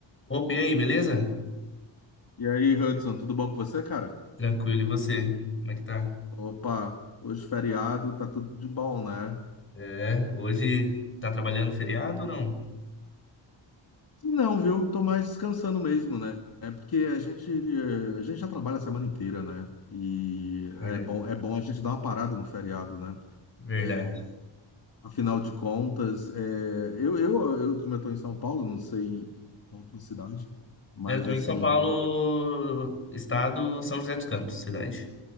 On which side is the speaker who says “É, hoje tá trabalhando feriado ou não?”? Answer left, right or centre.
Left